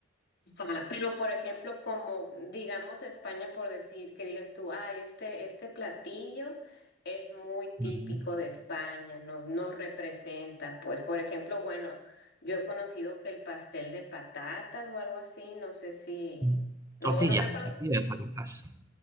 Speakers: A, on the left (about 55°); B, on the right (about 15°).
A: Ajá, Pero, por ejemplo, como digamos España, por decir que digas tú, ay, este, este platillo es muy típico
B: Mm,
A: de España, no, no representa, pues, por ejemplo, bueno, yo he conocido que el pastel de patatas o algo así, no sé si,
B: mm.
A: no,
B: Tortilla,
A: no me acuerdo,
B: tortilla de patatas.